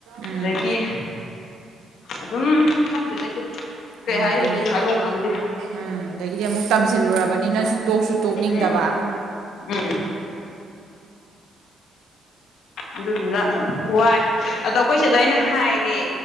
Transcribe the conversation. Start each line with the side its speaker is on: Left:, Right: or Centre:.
Right: ꯎꯝ
Left: ꯑꯗꯒꯤ ꯑꯗꯨꯝ ꯈꯪꯗꯦꯗ ꯏꯆꯦ ꯀꯩ
Right: ꯎꯝ
Left: ꯍꯥꯏꯗꯣꯏꯅꯣ
Right: ꯑꯗꯨꯅꯦ
Left: ꯑꯩꯁꯨ ꯍꯥꯏꯕꯝ ꯈꯪꯗꯦ
Right: ꯎꯝ ꯑꯗꯒꯤꯗꯤ ꯃꯨꯛ ꯇꯝꯖꯤꯜꯂꯨꯔꯕꯅꯤꯅ ꯇꯣꯛꯁꯨ ꯇꯣꯛꯅꯤꯡꯗꯕ
Left: ꯎꯝ ꯎꯝ ꯑꯗꯨꯗꯨꯅ ꯋꯥꯏ ꯑꯗꯣ ꯑꯈꯣꯏ ꯁꯤꯗ ꯑꯩꯅ ꯍꯥꯏꯔꯦ